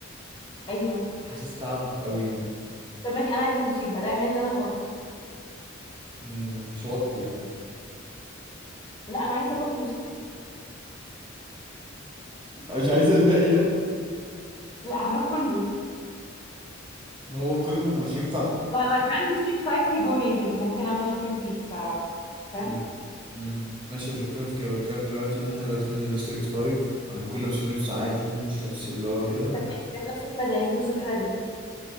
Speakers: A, on the left (about 25°); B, on the right (about 25°).
A: ايوه
B: حاسس تعب قوي يعني
A: طب ماشي انا عايزة اروح دوسيت بقى ده ميلادي انا حرة
B: مم، اتشوطت يعني
A: لا انا عايزة اروح دوسيت
B: مش عايز الباقي يعني
A: لا هنروح كله
B: ما هو كله ما هو مش ينفع
A: ما, ما كمان ديستريكت 5 فيه جو نيتيف ممكن اعمل شوبينج فيه ف فاهم
B: امم امم ماشي مش بتكلم في كده بتكلم دلوقتي ان احنا دلوقتي هننزل ديستريكت 5 هنكون لابسين لبس عادي مش لبس اللي هو كده
A: طب ماشي كان ده الصبح بدري ننزل من الصبح بدري